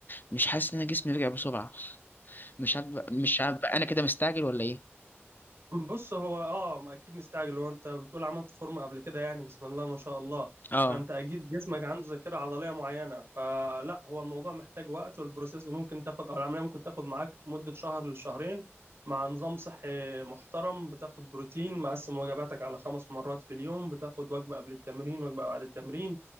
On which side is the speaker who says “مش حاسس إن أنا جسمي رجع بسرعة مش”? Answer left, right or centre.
Left